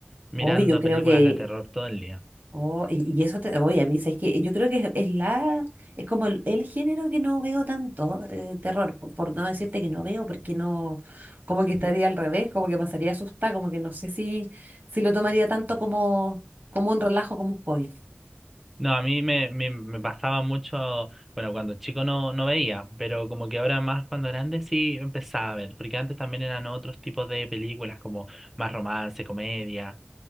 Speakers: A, in the centre; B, on the right.
A: mirando
B: Hoy yo creo
A: películas
B: que,
A: de terror todo el día.
B: oh, y, y eso te, oye, a mí es que yo creo que es, es la, es como el, el género que no veo tanto, eh, terror, po- por no decirte que no veo, porque no, como que estaría al revés, como que pasaría asustada, como que no sé si, si lo tomaría tanto como, como un relajo, como un hobby.
A: No, a mí me, me, me pasaba mucho, bueno, cuando chico no, no veía, pero como que ahora más cuando grande sí empezaba a ver, porque antes también eran otros tipos de películas como más romance, comedia,